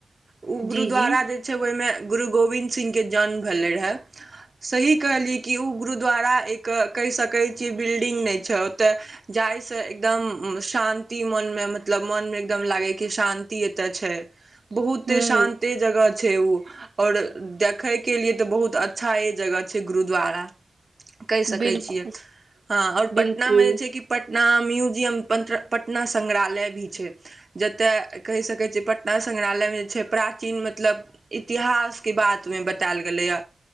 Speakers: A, on the right (about 40°); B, on the right (about 65°).
A: ओ गुरुद्वारा
B: जी जी
A: जे छै, ओहिमे गुरु गोविन्द सिंहके जन्म भेलय रहए। सही कहलियै कि ओ गुरुद्वारा एक कहि सकै छियै बिल्डिंग नहि छै ओतय जाइसँ एकदम शान्ति मनमे मतलब मनमे एकदम लागै, कि शान्ति एतय छै। बहुते
B: हूँ
A: शान्ति जगह छै ऊ। और देखयके लिए तऽ बहुत अच्छाए जगह छै गुरुद्वारा। कहि सकैत
B: बिल्कुल
A: छियै। हँ, आओर पटनामे
B: बिल्कुल
A: जे छै, कि पट- ना म्यूज- जियम पट पटना सङ्ग्रहालय भी छै, जतय कहि सकै छियै पटना संगङ्ग्रहालयमे जे छै प्राचीन मतलब इतिहासके बातमे बतायल गेलैए।